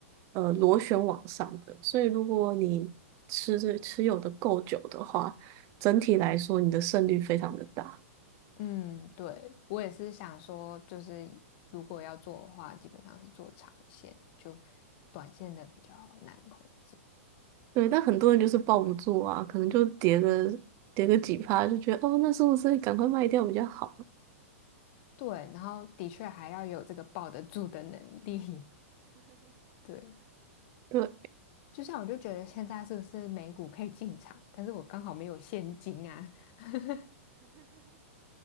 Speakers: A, on the right; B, on the left.
A: 呃螺旋往上的。所以如果你持着持有的够久的话，整体来说你的胜率非常的大。
B: 嗯，对，我也是想说，就是如果要做的话，基本上是做长线，就短线的比较难控制。
A: 对，但很多人就是抱不住啊，可能就跌个跌个几趴，就觉得哦，那是不是赶快卖掉比较好？
B: 对，然后的确还要有这个抱得住的能力。<laughs> 对，
A: 对，
B: 就像我就觉得现在是不是美股可以进场，但是我刚好没有现金啊。<laughs>